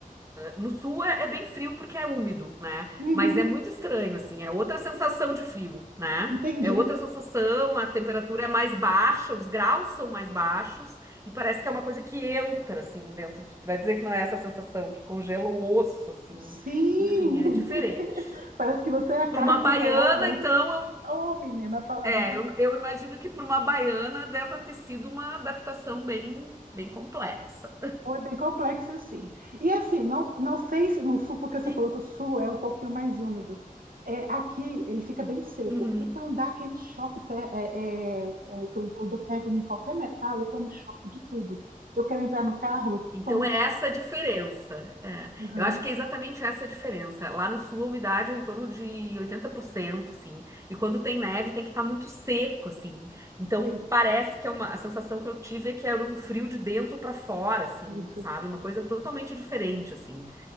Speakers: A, on the right; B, on the right.
A: No sul é, é bem frio porque é úmido, né?
B: Uhum,
A: Mas é muito estranho, assim, é outra sensação de frio, né?
B: entendi.
A: É outra sensação, a temperatura é mais baixa, os graus são mais baixos, e parece que é uma coisa que entra, assim, dentro de... Vai dizer que não é essa sensação, que congela o osso, assim.
B: Sim!
A: Enfim, é diferente.
B: <laughs> Parece que você é a carne
A: Para uma baiana,
B: congelada.
A: então,
B: Ô, oh, menina, fala
A: eu,
B: não.
A: é, eu, eu imagino que para uma baiana deve ter sido uma adaptação bem, bem complexa.
B: Foi bem complexo, sim. E assim, não, não sei se no sul, porque você
A: E...
B: falou que o sul é um pouquinho mais úmido. É, aqui ele fica bem seco,
A: Uhum.
B: então dá aquele choque. te- é, é, é, quando quando eu pego em qualquer metal, eu tomo choque de tudo. Eu quero entrar no carro, eu
A: Então
B: tomo
A: é
B: choque.
A: essa a diferença. É.
B: Uhum,
A: Eu acho que é exatamente essa a diferença. Lá no sul a umidade é em torno de 80%, sim. E quando tem neve tem que estar muito seco, assim. Então
B: entendi
A: parece que é uma a sensação que eu tive é que era um frio de dentro para fora, assim,
B: isso.
A: sabe? Uma coisa totalmente diferente, assim.